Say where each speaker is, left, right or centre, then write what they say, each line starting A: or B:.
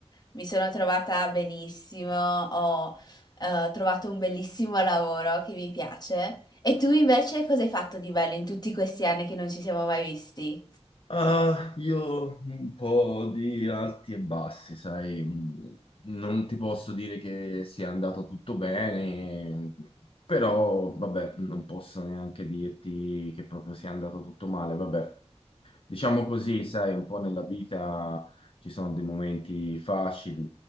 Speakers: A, on the left (about 35°); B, on the left (about 50°).
A: Mi sono trovata benissimo, ho eh, trovato un bellissimo lavoro che mi piace. E tu invece cosa hai fatto di bello in tutti questi anni che non ci siamo mai visti?
B: Ah, io un po' di alti e bassi, sai, mm, non ti posso dire che sia andato tutto bene, però vabbè, non posso neanche dirti che proprio sia andato tutto male, vabbè. Diciamo così, sai, un po' nella vita ci sono dei momenti facili,